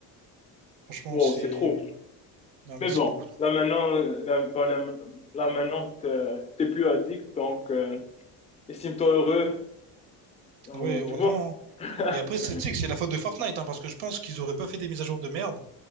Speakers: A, on the right; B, on the left.
A: Franchement,
B: Wow,
A: c'est.
B: c'est trop.
A: Non, mais
B: Mais
A: c'est
B: bon,
A: beaucoup trop.
B: là maintenant, euh, là, ben, là, là, maintenant, t'es t'es plus addict, donc, euh, estime-toi heureux, Euh,
A: Ouais, heureusement.
B: tu vois?
A: hein.
B: <laughs>
A: Et après, c'est tu sais que c'est la faute de Fortnite, hein, parce que je pense qu'ils auraient pas fait des mises à jour de merde.